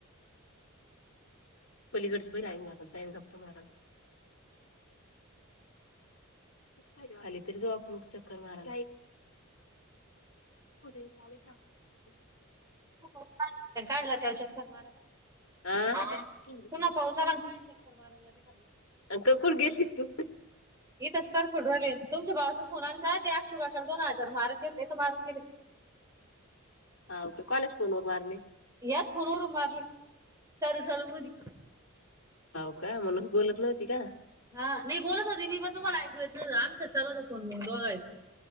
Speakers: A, on the left; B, on the right.
A: पलीकडची प राई मारत जाईन गप्पा मारा... खाली तरी झोप चक्कर मारा... हो....
B: हो काय म्हणत काढला त्या शक्कर माराला....
A: आ
B: पुन्हा पावसाला काल चक्कर माराय ज...
A: क कुठ गेलती तू
B: येतच तर... ले तुमच्या भावच फोन आणि ते अक्षशुकाल दोन हजार मारत य होते तर मारून गेले...
A: हाव का कोणाच्या फोनवर मारले
B: याच फोनवरून मारले चालू लू मी...
A: हो का म्हणून बोलत नव्हती का..
B: हा नाही बोलत होते मी पण तुम्हाला ऐकू येत ना आमचं चालल फोनण बघायचं